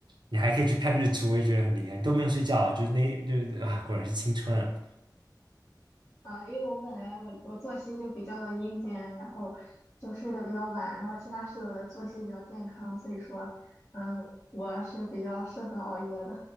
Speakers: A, on the right; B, on the left.
A: 你还可以去看日出，我也觉得很厉害。你都没有睡觉啊，就是那就是啊，果然是青春啊。
B: 呃，因为我本来我我作息就比较的阴间，然后就睡得比较晚，然后其他室友的作息比较健康，所以说，嗯，我是比较适合熬夜的